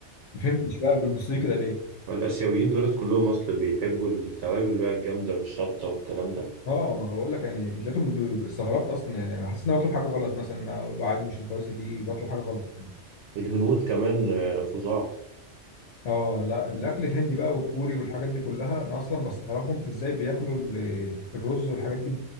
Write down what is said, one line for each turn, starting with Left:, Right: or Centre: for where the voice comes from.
Left: فهمتش بقى بيبص لي كده ليه
Right: والآسيويين دولت كلهم أصل بيحبوا التوابل بقى الجامدة والشطة والكلام ده
Left: اه ما هو بقول لك يعني لقيته بي- بي- استغربت اصلا يعني حسيت اني بطلب حاجه غلط مثلا إن أنا اقول له عادي مش سبايسي دي بطلب حاجه غلط
Right: الهنود كمان آه، فظاع
Left: اه لا الاكل الهندي بقى والكوري والحاجات دي كلها انا اصلا بستغربهم ازاي بياكلوا ال- الرز والحاجات دي ب-